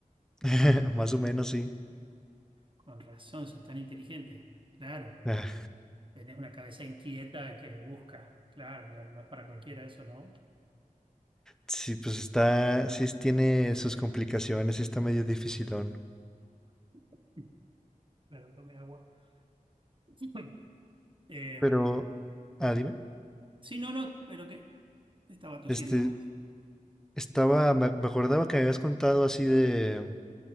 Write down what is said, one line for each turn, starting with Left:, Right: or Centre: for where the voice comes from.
Centre: <laughs> más o menos sí.
Right: con razón, sos tan inteligente. Claro,
Centre: Ah,
Right: tenés una cabeza inquieta que busca. Claro, claro, no es para cualquiera eso, ¿no?
Centre: Sí, pues está, sí tiene sus complicaciones, sí está medio dificilón.
Right: <laughs> Perdón, tomé agua. <laughs> Em,
Centre: Pero, ah, dime,
Right: sí, no, no, pero que estaba tosiendo
Centre: este,
Right: nomás.
Centre: estaba, me, me acordaba que me habías contado así de,